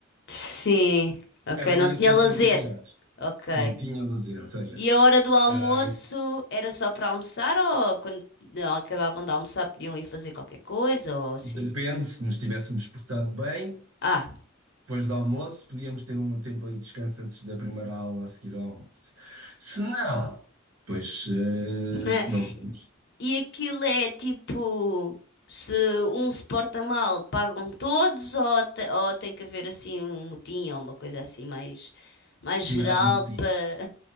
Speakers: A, on the left; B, on the right.
A: Sim, ok.
B: Era um
A: Não
B: dia
A: tinha
B: sempre
A: lazer.
B: com atividades.
A: Ok.
B: Não tinha lazer, ou seja,
A: E a hora do almoço
B: ah,
A: era só para almoçar ou quando acabavam de almoçar podiam ir fazer qualquer coisa ou assim?
B: depende, se nos tivéssemos portado bem,
A: Ah,
B: depois do almoço, podíamos ter um tempo ali de descanso antes da primeira aula a seguir ao almoço. Se não, pois ah,
A: <laughs>
B: não tínhamos.
A: e aquilo é tipo, se um se porta mal, pagam todos ou, te- ou tem que haver assim um motim ou uma coisa assim mais, mais geral
B: Não, há motim.
A: para...